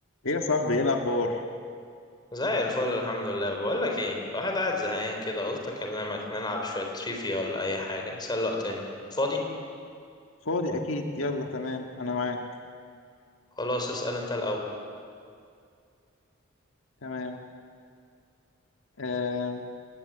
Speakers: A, on the left; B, on the left.
A: ايه يا صاحبي ايه الاخبار
B: زي الفل الحمد لله بقول لك ايه الواحد قاعد زهقان كده قلت اكلمك نلعب شويه تريفيا ولا اي حاجه نسلي وقتنا فاضي
A: فاضي اكيد يلا تمام انا معاك
B: خلاص اسال انت الاول
A: تمام آه